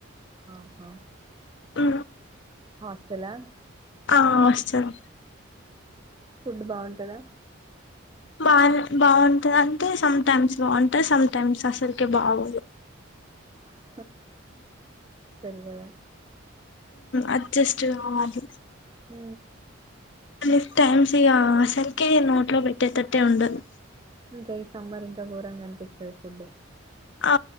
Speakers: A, on the right; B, on the left.
A: ఆహా
B: అ
A: హాస్టలా
B: ఆ హాస్టల్
A: ఫుడ్ బాగుంటద
B: బానే బాగుంటంది అంటే సమ్ టైమ్స్ బాగుంటాయి సమ్ టైమ్స్ అసలుకే బాగుదు
A: అ తెలు కదా
B: అడ్జస్ కావాలి
A: హ
B: నెక్స్ట్ టైమ్స్ ఇక అసలుకే నోట్ లో పెట్టేదట్టే ఉండదు
A: ఇంకా ఈ సామ్బార్ ఇంకా ఘోరంగా అనిపిస్తుంది ఫుడ్
B: ఆ